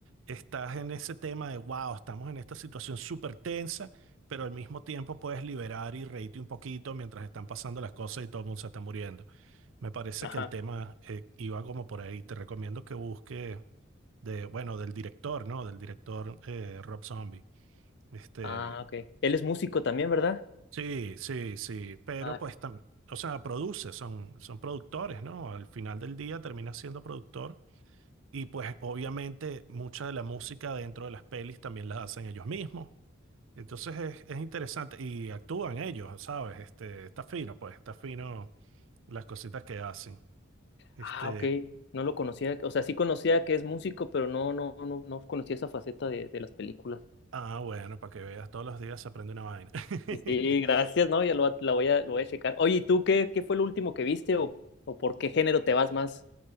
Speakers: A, on the right; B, on the left.
A: estás en ese tema de, wow, estamos en esta situación súper tensa, pero al mismo tiempo puedes liberar y reírte un poquito mientras están pasando las cosas y todo el mundo se está muriendo. Me parece
B: Ajá.
A: que el tema eh, iba como por ahí. Te recomiendo que busques de, bueno, del director, ¿no? Del director eh, Rob Zombie. Este,
B: Ah, ok. Él es músico también, ¿verdad?
A: sí, sí, sí, pero
B: Ah, ok.
A: pues también, o sea, produce, son, son productores, ¿no? Al final del día termina siendo productor. Y pues obviamente mucha de la música dentro de las pelis también la hacen ellos mismos. Entonces es, es interesante y actúan ellos, ¿sabes? Este, está fino, pues, está fino las cositas que hacen. Este,
B: Ah, ok. No lo conocía, o sea, sí conocía que es músico, pero no, no, no, no conocía esa faceta de, de las películas.
A: ah, bueno, para que veas, todos los días se aprende una vaina. <laughs>
B: Sí, sí, gracias, ¿no? Ya lo, va- la voy a, lo voy a checar. Oye, ¿y tú qué, qué fue lo último que viste o, o por qué género te vas más?